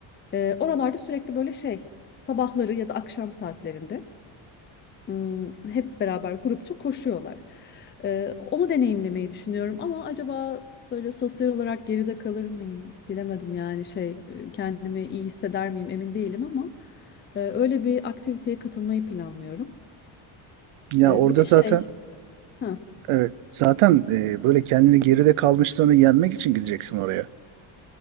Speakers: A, on the left; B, on the right.
A: Ee, oralarda sürekli böyle şey sabahları ya da akşam saatlerinde ım, hep beraber grupça koşuyorlar. Ee, onu deneyimlemeyi düşünüyorum ama acaba böyle sosyal olarak geride kalır mıyım bilemedim yani şey e, kendimi iyi hisseder miyim emin değilim ama e, öyle bir aktiviteye katılmayı planlıyorum.
B: Ya
A: Ee,
B: orada
A: bir de
B: zaten
A: şey ha,
B: evet zaten eee, böyle kendini geride kalmışlığını yenmek için gideceksin oraya.